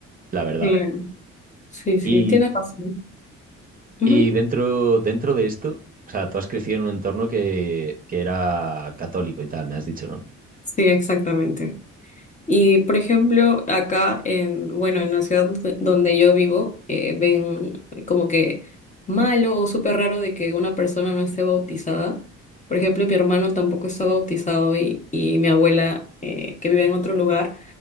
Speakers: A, on the right (about 30°); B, on the left (about 25°).
A: la verdad.
B: Claro. Sí, sí,
A: Y,
B: tienes razón. Ujú.
A: y dentro, dentro de esto, o sea, tú has crecido en un entorno que, que era católico y tal, me has dicho, ¿no?
B: Sí, exactamente. Y por ejemplo, acá en, bueno, en la ciudad do- donde yo vivo, eh, ven como que malo o súper raro de que una persona no esté bautizada. Por ejemplo, mi hermano tampoco está bautizado y, y mi abuela, eh, que vive en otro lugar,